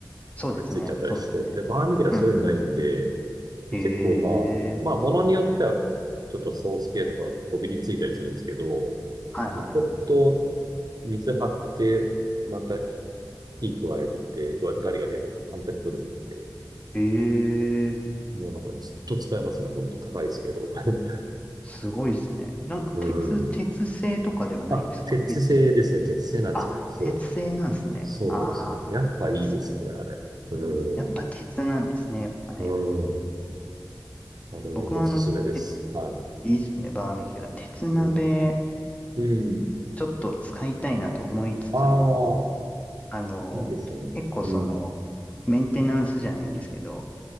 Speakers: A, on the left; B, on the right.
A: そうですね。
B: くっついちゃったりして。
A: そうですね。
B: で、バーミキュラそういうのないんで、
A: うんうん。
B: で、
A: ええ
B: 結構まあ、まあ、ものによっては、ちょっとソース系とかこびりついたりするんですけど、
A: はいはいは
B: もうちょっと水張って、また火加えて、ガガリガリやると簡単に取れるんで、
A: い。ええ
B: もうなんかずっと使えますね。ほんと高いですけど。<laughs>
A: すごいっすね。なんか鉄、
B: うん。
A: 鉄製とかではないんですか別に。
B: あ、鉄製ですね。鉄製なんですよ。
A: あ、
B: そう。
A: 鉄製なんですね。
B: そうですね。
A: あ
B: やっぱいいですね、
A: あ、それ、
B: あれ。うん。
A: やっぱ鉄なんですね。やっぱね。
B: うん。あれ、
A: 僕はあの、
B: おすすめです。
A: 鉄、
B: はい。
A: いいっすね。バーミキュラ。鉄鍋、
B: うん。うん。
A: ちょっと使いたいなと思いつつも、
B: ああ、
A: あの、
B: いいですよね。
A: 結構その、
B: うん。
A: メンテナンスじゃないんですけど、